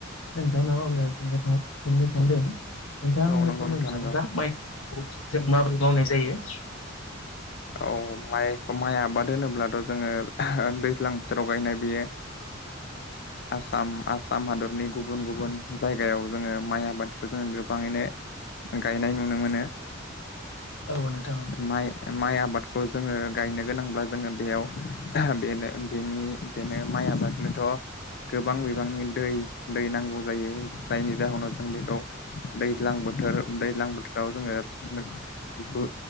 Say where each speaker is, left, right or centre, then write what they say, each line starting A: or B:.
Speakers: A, on the left; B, on the left.
A: नोंथांनाव आंङो सोंनो सानदों नोंथां आनो
B: औ नंगौ
A: फोरमायनो
B: नोंथां
A: हागोन
B: नंगौ
A: ना माइफोरखौ जों माबोरै मावनाय जायो।
B: औ माइखौ माइ आबाद होनोब्लाथ जोंङो दैज्लां बोथोराव गायनाय बेयो। आसाम आसाम हादरनि गुबुन गुबुन जायगायाव जोंङो माइ आबादखौ जोंङो। गोबाङैनो गायनाय नुनो मोनो
A: औ नोंथां औ
B: माइ माइ आबादखौ जोङो गायनो गोनांब्ला जोङो बेयाव बेनो बेनि बेनो माइ माइ आबादनोथ' गोबां बिबांनि दै- दै नांगौ जायो जायनि जाहोनाव जों बेखौ दैज्लांबो थोर दैज्लां बोथोराव जोङो बेखौ